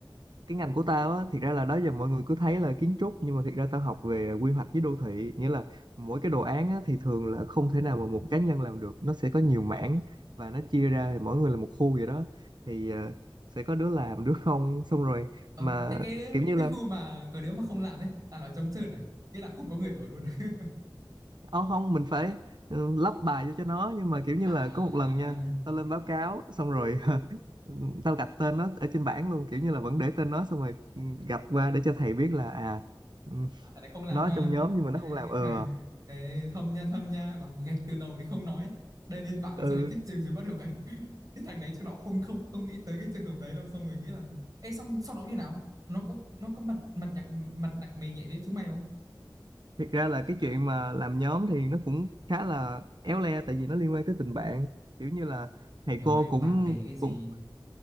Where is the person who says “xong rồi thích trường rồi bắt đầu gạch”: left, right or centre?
Right